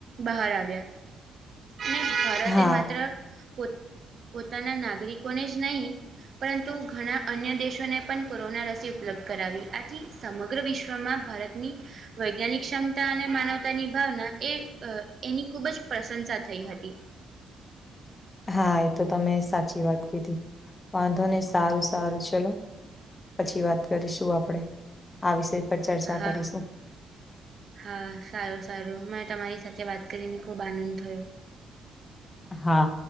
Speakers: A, on the right; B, on the left.
A: બહાર આવ્યા. અને ભારતે
B: હા
A: માત્ર પો પોતાના નાગરિકોને જ નહીં. પરંતુ ઘણા અન્ય દેશોને પણ કોરોના રસી ઉપલબ્ધ કરાવી આથી સમગ્ર વિશ્વમાં ભારતની વૈજ્ઞાનિક ક્ષમતા અને માનવતાની ભાવના એ અ એની ખૂબ જ પ્રશંસા થઈ હતી.
B: હા એતો તમે સાચી વાત કીધી. વાંધો ને સારું સારું ચલો. પછી વાત કરીશું આપડે. આ વિષય પર ચર્ચા
A: હા.
B: કરીશું.
A: હા સારું-સારું મે તમારી સાથે વાત કરીને ખુબ આનંદ થયો.
B: હા